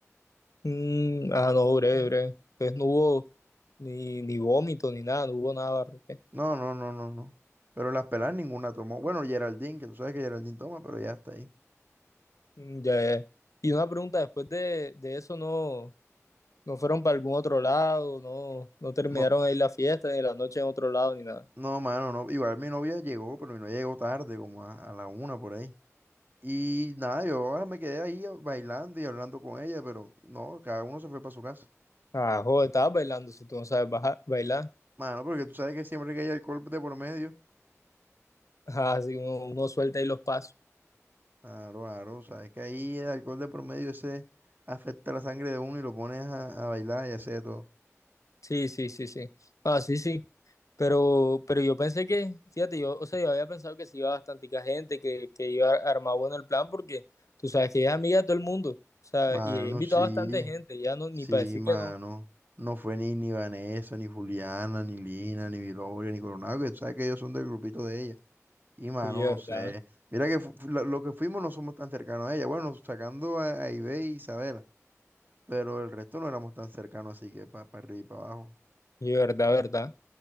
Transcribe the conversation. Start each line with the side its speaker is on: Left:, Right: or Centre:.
Left: Mm, ah, no, breve, breve. Entonces no hubo ni, ni vómito ni nada, no hubo nada, Barrote.
Right: No, no, no, no, no. Pero las pelas ninguna tomó. Bueno, Geraldine, que tú sabes que Geraldine toma, pero ya está ahí.
Left: Mm, ya, ya. Y una pregunta, después de, de eso no, no fueron para algún otro lado, no, no terminaron
Right: No,
Left: ahí la fiesta, ni la noche en otro lado, ni nada.
Right: No, mano, no. Igual mi novia llegó, pero mi novia llegó tarde, como a, a la una por ahí. Y nada, yo ah, me quedé ahí bailando y hablando con ella, pero no, cada uno se fue para su casa.
Left: Ah, joder, estabas bailando si tú no sabes bajar, bailar.
Right: Mano, porque tú sabes que siempre que hay alcohol de por medio,
Left: Ajá, así uno, uno suelta ahí los pasos.
Right: claro, claro, sabes que ahí el alcohol de por medio ese afecta la sangre de uno y lo pones a, a bailar y hacer de todo.
Left: Sí, sí, sí, sí. Ah, sí, sí. Pero, pero yo pensé que, fíjate, yo, o sea, yo había pensado que sí iba bastante gente, que, que iba a armar bueno el plan, porque tú sabes que ella es amiga de todo el mundo. O sea,
Right: Mano,
Left: y ella invitó
Right: sí,
Left: a bastante gente, ya no,
Right: sí,
Left: ni para decir
Right: mano.
Left: que no.
Right: No fue ni, ni Vanessa, ni Juliana, ni Lina, ni Viloria, ni Coronado, que tú sabes que ellos son del grupito de ella. Y mano,
Left: Oye,
Right: no
Left: verdad,
Right: sé. Mira que fu- fu- lo lo que fuimos no somos tan cercanos a ella. Bueno, sacando a, a Ibe y Isabela. Pero el resto no éramos tan cercanos, así que para arriba y para abajo.
Left: oye, verdad, verdad.